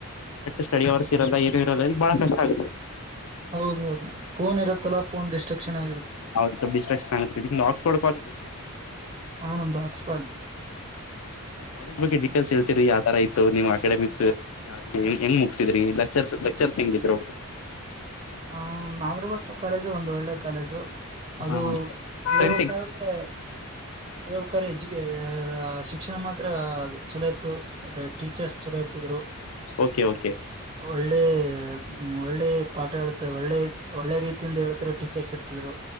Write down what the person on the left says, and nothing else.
ಸ್ಟಡಿ ಅವರ್ಸ್ ಇರಲ್ಲ ಏನು ಇರಲ್ಲ ಇಲ್ಲಿ ಬಹಳ ಕಷ್ಟ ಆಗುತ್ತೆ
ಹ್ ಬಿಸ್ರಾಕ್ಷನ್ತ್ ನಿ ಆಕ್ಸ್ಫರ್ಡ್ ಕಾಲೇಜ ಅಲ್ರಿ
ಕಾಲಜ್ ಬಗ್ ಡಿಟೇಲ್ಸ್ೇಳ್ತಿರಿಾವ ತರ ನೀವ್ ಅಕಾಡೆಮಿಕ್ಸ್ ಹೆಂಗ್ ಮುಗಸಿದ್ರಿ ಲೆಕ್ಚರ್ಸ್ ಲೆಕ್ಚರ್ಸ್ ಹೆಂಗಿದ್ರು
ಹಾ ಹಾ ಸ್ಟ್ರೆಂತ್
ಓಕೆ ಓಕೆ